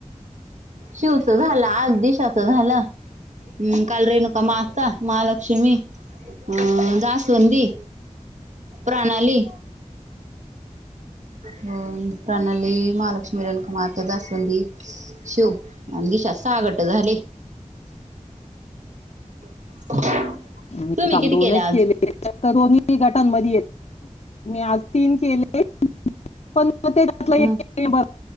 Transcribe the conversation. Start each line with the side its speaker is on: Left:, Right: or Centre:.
Right: शिवचं झालं आज दिशाचं झालं.. म काल रेणुका म आता महालक्ष्मी... हम जास्वंदी... प्रणाली हो प्रणाली माल... लक्ष्मीरखमात दासंधी शिव अ दिशा सागट झाले...
Left: <unintelligible>
Right: <inaudible>
Left: मी
Right: तुम्ही
Left: काल
Right: किती
Left: दोनच
Right: आज?
Left: केले तर दोन्ही गटांमध्ये य मी आज तीन केले पण ते घलं एक
Right: ह
Left: बर